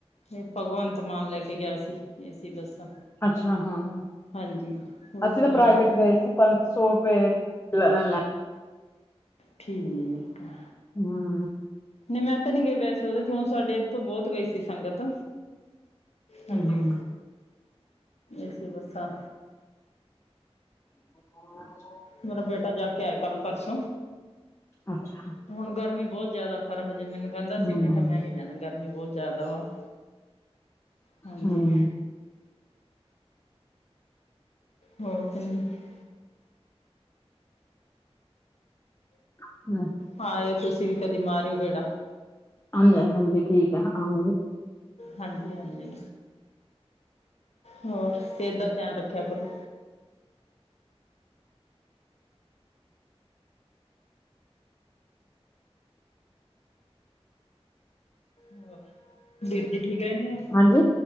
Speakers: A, on the left; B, on the left.
A: ਏਹ ਭਗਵੰਤ ਮਾਨ ਲੈ ਕੇ ਗਿਆ ਸੀ। ਏਸੀ ਬੱਸਾਂ
B: ਅੱਛਾ ਹਾਂ,
A: ਹਾਂਜੀ ਉਹਦੇ
B: ਅਸੀਂ
A: ਚ
B: ਤਾਂ
A: ਬਹੁਤ।
B: ਪ੍ਰਾਈਵੇਟ ਗਏ ਸੀ ਪੰਜ ਸੌ ਰੁਪਏ ਲੈ
A: ਠੀਕ ਆ
B: ਹਮ
A: ਨਹੀਂ ਮੈਂ ਤਾਂ ਨੀ ਗਏ ਵੈਸੇ ਉਹਦੇ ਚੋਂ ਸਾਡੇ ਤੋਂ ਬਹੁਤ ਗਈ ਸੀ ਸੰਗਤ। ਹਾਂਜੀ
B: ਹੂੰ,
A: ਅਸੀ ਬੱਸਾਂ
B: ਹ
A: ਮੇਰਾ ਬੇਟਾ ਜਾ ਕੇ ਆਇਆ ਕੱਲ ਪਰਸੋਂ।
B: ਅੱਛਾ
A: ਹੁਣ ਗਰਮੀ ਬਹੁਤ ਜ਼ਿਆਦਾ ਫਰ ਹਜੇ ਮੈਨੂੰ ਕੈਂਦਾ
B: ਹੂੰ,
A: ਸੀ ਮੈਂ ਕੈ ਮੈਂ ਨਹੀਂ ਜਾਣਾ ਗਰਮੀ ਬਹੁਤ ਜ਼ਿਆਦਾ ਵਾ ਹਾਂਜੀ।
B: ਹੂੰ।
A: ਹੋਰ ਕਿੰਦੀ <unintelligible>
B: ਹਮ
A: ਹਾਂ ਤੁਸੀਂ ਵੀ ਕਦੀ ਮਾਰਿਓ ਗੇੜਾ।
B: ਹਾਂਜੀ ਹਾਂਜੀ, ਠੀਕ ਏ ਆਂਵਾਂਗੇ।
A: ਹਾਂਜੀ ਹਾਂਜੀ, ਹੋਰ ਸੇਤ ਦਾ ਧਿਆਨ ਰੱਖਿਆ ਕਰੋ। ਹੋਰ, ਵੀਰ ਜੀ ਠੀਕ ਰੈੰਦੇ ਐਂ?
B: ਹਾਂਜੀ।